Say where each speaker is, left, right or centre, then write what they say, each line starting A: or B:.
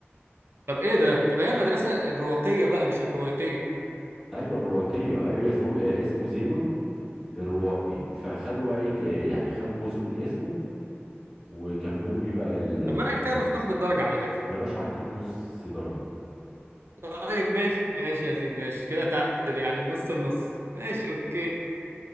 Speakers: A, on the right (about 65°); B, in the centre.
A: طب ايه ده؟ تبقى هي المدرسة الرواقية بقى مش الروايقية
B: أيوه الرواقية أيوه زو... آه، اسمه زينون الرواقي فخدوا بقى ايه ك- يعني خدوا جزء من اسمه وكملوا بيه بقى ال- الفلسفة
A: طب ما انا كده المفروض
B: دي
A: اخد الدرجة على فكرة
B: يا باشا هديك نص درجة
A: طيب ماشي ماشي يا سيدي ماشي كده تعادل يعني نص لنص ماشي اوكي